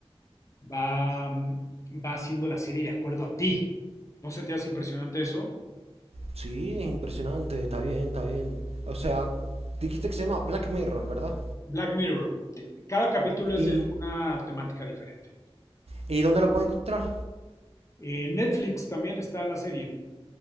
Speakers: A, on the left; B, on the right.
A: va, va haciendo la serie de acuerdo a ti. ¿No se te hace impresionante eso?
B: Sí, es impresionante, está bien, está bien. O sea, dijiste que se llama Black Mirror, ¿verdad?
A: Black Mirror, Te- cada capítulo es
B: ¿Y,
A: de una temática diferente.
B: y dónde lo puedo encontrar?
A: Eh, Netflix también está la serie.